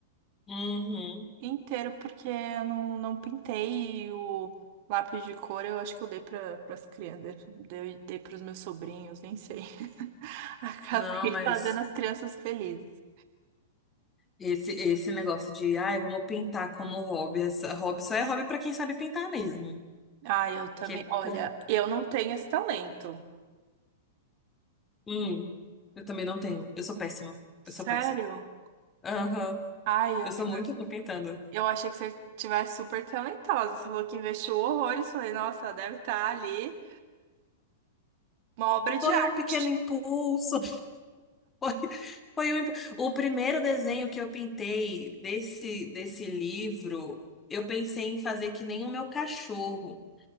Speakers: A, on the left; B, on the right.
A: Uhum.
B: Inteiro, porque eu não, não pintei e o lápis de cor eu acho que eu dei para as crianças, dei, dei pros meus sobrinhos, nem sei. <laughs> Acabei
A: Não, mas
B: fazendo as crianças felizes.
A: esse esse negócio de, ai, vamos pintar como hobby. Essa, hobby só é hobby pra quem sabe pintar mesmo.
B: Ai, eu também.
A: Que
B: Olha,
A: pra-
B: eu não tenho esse talento.
A: hum, eu também não tenho. Eu sou péssima.
B: Sério?
A: Eu sou péssima. Aham.
B: Ai,
A: Eu
B: amiga,
A: sou muito ruim pintando.
B: eu achei que você tivesse super talentosa. Você falou que investiu horrores. Falei, nossa, ela deve estar ali uma obra de
A: Foi
B: arte.
A: um pequeno impulso. Foi, foi o, imp- o primeiro desenho que eu pintei desse, desse livro. Eu pensei em fazer que nem o meu cachorro.